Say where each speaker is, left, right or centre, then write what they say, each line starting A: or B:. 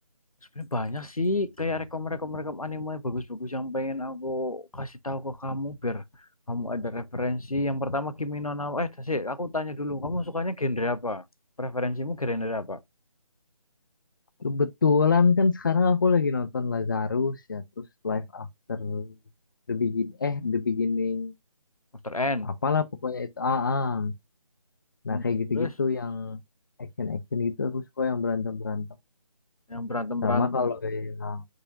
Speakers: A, on the left; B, on the left.
A: sebenarnya banyak sih kayak rekom-rekom rekom anime bagus-bagus yang pengen aku kasih tahu ke kamu biar kamu ada referensi. Yang pertama Kimi no Na wa- Eh, sih, aku tanya dulu, kamu sukanya genre apa? Preferensimu genre apa?
B: Kebetulan kan sekarang aku lagi nonton Lazarus ya, terus Life After The Begin eh The Beginning.
A: After N.
B: Apalah pokoknya itu. Ah, ah.
A: Hmm,
B: Nah, kayak gitu-gitu
A: terus
B: yang action-action gitu aku suka yang berantem-berantem.
A: yang berantem-berantem.
B: Sama kalau yang